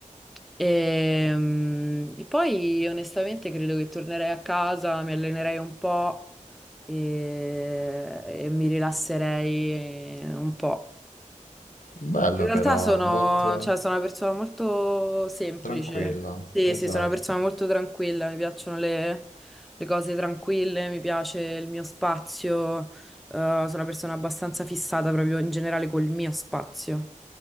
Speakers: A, in the centre; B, on the left.
A: Ehm, E, poi onestamente credo che tornerei a casa, mi allenerei un po' e, e mi rilasserei eh, un po'.
B: Bello
A: In realtà
B: però,
A: sono,
B: è molto
A: cioè, sono una persona molto semplice.
B: tranquillo.
A: Sì,
B: Esatto.
A: sì, sono una persona molto tranquilla. Mi piacciono le, le cose tranquille, mi piace il mio spazio. eh, sono una persona abbastanza fissata proprio in generale col mio spazio.